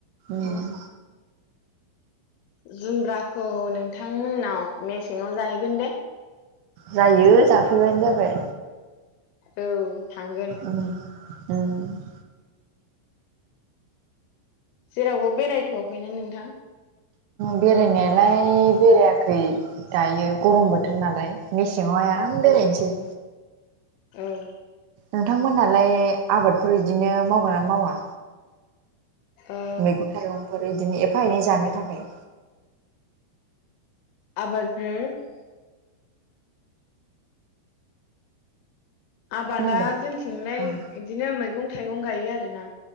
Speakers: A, on the right; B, on the left.
A: ओम
B: उम जुमब्राखौ नोंथांमोननाव मेसेङाव जाहैगोन दे।
A: जायो जाफैबानो जाबाय।
B: औ थांगोन
A: ओम ओम
B: जेरावबो बेरायथ'वाखैना नोंथां?
A: बेरायनायालाय बेरायाखै दायो गरम बोथोर नालाय मेसेङावहाय आराम बेरायनोसै
B: औ औ औ
A: नोंथांमोननालाय आबादफोर इदिनो मावगोना मावा?
B: ओ
A: मैगं-थाइगंफोर इदिनो एफा एनै जानो थाखाय
B: आबाद <unintelligible> आबादा
A: खोनादों
B: जोंथिंलाय
A: ओं
B: इदिनो मैगं-थाइगं गायो आरोना